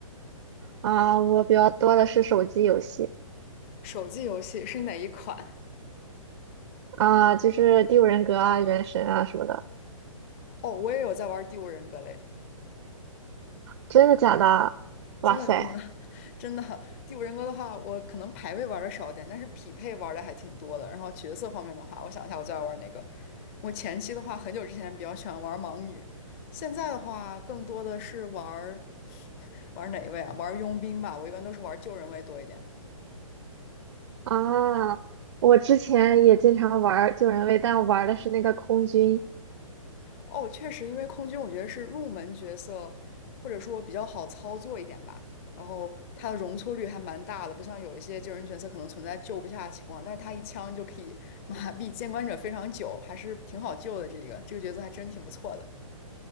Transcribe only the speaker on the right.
啊，我比较多的是手机游戏
啊，就是《第五人格》啊、《原神》啊什么的。
真的假的？
哇塞！
啊，我之前也经常玩儿救人位，但我玩儿的是那个空军。